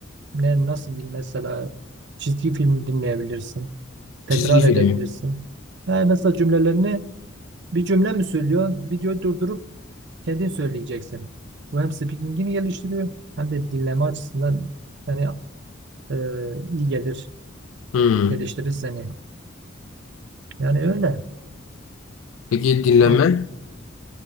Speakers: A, on the right (about 60°); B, on the left (about 80°).
A: ne, nasıl diyeyim mesela çizgi film dinleyebilirsin. Tekrar
B: Çizgi film.
A: edebilirsin. Ha, mesela cümlelerini bir cümle mi söylüyor? Videoyu durdurup kendin söyleyeceksin. Bu hem speaking'ini geliştiriyor hem de dinleme açısından yani e, iyi gelir,
B: Hmm.
A: geliştirir seni. Yani öyle.
B: Peki dinlenme?
A: A-